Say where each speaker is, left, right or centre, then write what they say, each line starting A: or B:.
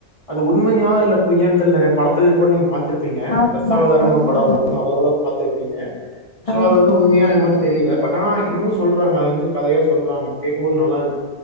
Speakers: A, on the left; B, on the left.
A: அது உண்மையா இல்ல பொய்யான் தெர் நறய படத்தில் கூட நீங்க பாத் திருப்பீங்க
B: ஆமா
A: தசாவதாரம்னு
B: ஆமா
A: ஒரு படம்
B: ஆமா
A: வந்துருக்கு அதுல கூட பாத்துருப்பீங்க சோ
B: ஆமா
A: அது வந்து உண்மையா
B: நீ சொல்லி
A: என்னமொன் தெரியில பட் ஆனா இன்னமு சொல்றாங்க அத வந்து கதையா சொல்றாங்க அத கேக்கும் போது நல்லாருக்கு